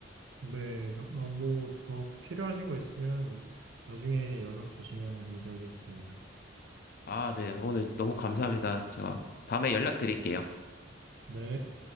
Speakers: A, on the right (about 70°); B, on the left (about 50°).
A: 네. 아 뭐 더 필요하신 거 있으면 나중에 연락 주시면 감사하겠습니다.
B: 아, 네. 오늘 너무 감사합니다. 제가 다음에 연락드릴게요.
A: 네.